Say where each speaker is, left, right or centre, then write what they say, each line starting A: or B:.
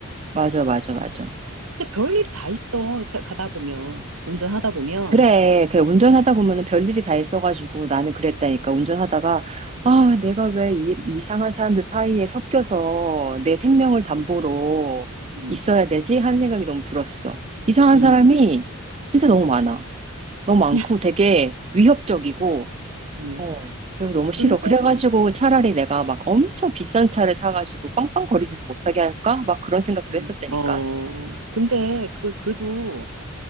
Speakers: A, on the right; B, on the right.
A: 맞아, 맞아, 맞아.
B: 근데 별일이 다 있어, 가- 가다 보면. 운전하다 보면.
A: 그래, 그 운전하다
B: 음,
A: 보면은 별일이 다 있어가지고 나는 그랬다니까. 운전하다가, 아, 내가 왜 이, 이상한 사람들 사이에 섞여서 내 생명을
B: 음,
A: 담보로
B: 음,
A: 있어야 되지? 하는 생각이 너무 들었어. 이상한
B: 음.
A: 사람이 진짜 너무 많아. 너무 많고
B: <laughs>
A: 되게 위협적이고,
B: 음.
A: 어, 그래서 너무 싫어.
B: 근데,
A: 그래가지고 차라리 내가 막 엄청 비싼 차를 사가지고 빵빵거리지도 못하게 할까? 막 그런 생각도
B: 음,
A: 했었다니까.
B: 어, 근데, 그거, 그래도,